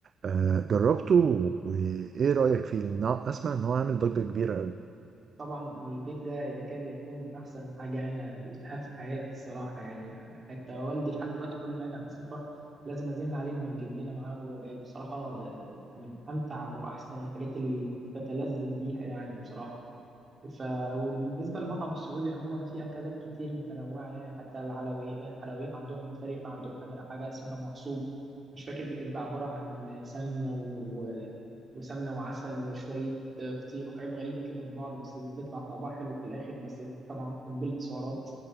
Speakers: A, on the right; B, on the right.
A: آه، جربته وايه رأيك فيه لأن اسمع ان هو عامل ضجة كبيرة قوي
B: طبعا البيك ده يكاد يكون أحسن حاجة أنا دوقتها في حياتي الصراحة يعني حتى والدي لحد دلوقتي كل ما يرجع من السفر لازم أزن عليه إنه يجيب لنا معاه وهو جاي بصراحة من أمتع وأحسن الحاجات اللي بتلذذ بيها يعني بصراحة ف وبالنسبة للمطعم السعودي عموما في أكلات كتير متنوعة يعني حتى العلوي الحلويات عندهم مختلفة عندهم حاجة, حاجة اسمها معصوب مش فاكر بتبقى عبارة عن سمنة و... وسمنة وعسل وشوية فطير وحاجات غريبة كده في بعض بس بيطلع طعمها حلو في الآخر بس طبعا قنبلة سعرات